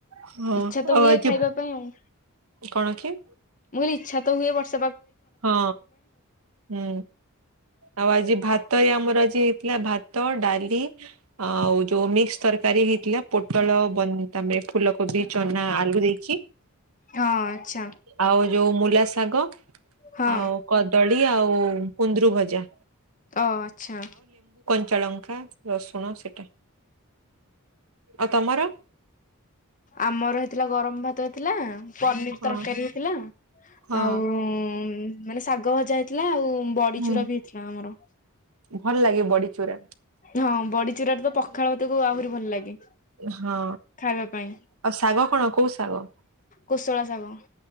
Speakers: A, on the right; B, on the left.
A: ହଁ
B: ଇଛା ତ
A: ଆଉ
B: ହୁଏ
A: ଆଜି
B: ଖାଇବା ପାଇଁ ଆଉ।
A: କଣ କି?
B: ମୁ କହିଲି ଇଛା ତ ହୁଏ ବର୍ଷ
A: ହଁ ହୁଁ ଆଉ ଆଜି ଭାତ ଆମର ଆଜି ହେଇଥିଲା ଭାତ ଡାଲି ଆଉ ଯଉ ମିକ୍ସ ତରକାରୀ ହେ ଥିଲା ପୋଟଳ ପନି ତାମେ ଫୁଲ କୋବି ଚନା ଆଳୁ ଦେଇକି,
B: ହଁ ଆଚ୍ଛା
A: ଆଉ ଯୋଉ ମୂଲା ଶାଗ।
B: ହଁ
A: ଆଉ କଦଳୀ ଆଉ କୁନ୍ଦୁରୁ ଭଜା।
B: ଓ ଆଛା।
A: ଚଳଙ୍କା ରସୁଣ ସେଟା ଆଉ ତମର
B: ଆମର ହେଇଥିଲା ଗରମ ଭାତ ଥିଲା ପନିର
A: ହଁ
B: ତରକାରୀ ହେଇଥିଲା।
A: ହଁ
B: ଆଉଁ ମାନେ ଶାଗ ଭଜା ହେଇଥିଲା ଆଉ ବଡିଚୁରା
A: ହୁଁ
B: ବି ହେଇଥିଲା ଆମର।
A: ଭଲ ଲାଗେ ବଡି ଚୁରା।
B: ହଁ ବଡିଚୁରାରେ ତ ପଖାଳ ଭାତକୁ ଆହୁରି ଭଲ ଲାଗେ।
A: ହଁ
B: ଖାଇବା ପାଇଁ।
A: ଆଉ ଶାଗ କଣ କୋଉ ଶାଗ?
B: କୋଶଳା ଶାଗ।